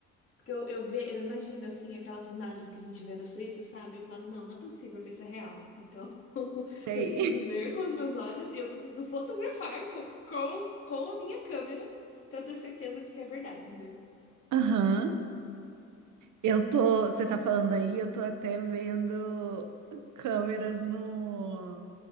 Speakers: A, on the left; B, on the right.
A: porque eu, eu ve, eu imagino assim aquelas imagens que a gente vê da Suíça, sabe? Eu falo, não, não é possível que isso é real. Então, <laughs>
B: Sei.
A: eu preciso
B: <laughs>
A: ver com os meus olhos e eu preciso fotografar com com, com a minha câmera para ter certeza de que é verdade, entendeu?
B: Aham. Eu tô. Você tá falando aí, eu tô até vendo câmeras no,